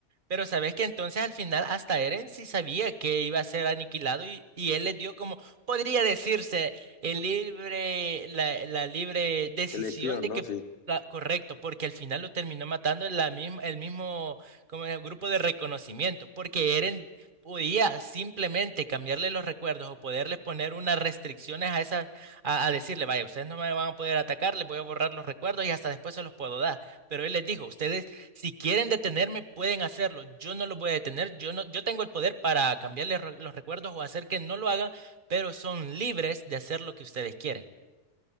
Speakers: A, on the right; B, on the left.
A: Pero sabes que entonces al final hasta Eren sí sabía que iba a ser aniquilado y, y él le dio como, podría decirse, el libre, la, la libre decisión
B: Elección,
A: de
B: ¿no?
A: que,
B: Sí.
A: la- correcto, porque al final lo terminó matando la misma, el mismo como el grupo de reconocimiento, porque Eren podía simplemente cambiarle los recuerdos o poderle poner unas restricciones a esas, a, a decirle, vaya, ustedes no me van a poder atacar, les voy a borrar los recuerdos y hasta después se los puedo dar. Pero él les dijo, ustedes si quieren detenerme, pueden hacerlo. Yo no los voy a detener. Yo no, yo tengo el poder para cambiarles re- los recuerdos o hacer que no lo hagan, pero son libres de hacer lo que ustedes quieren.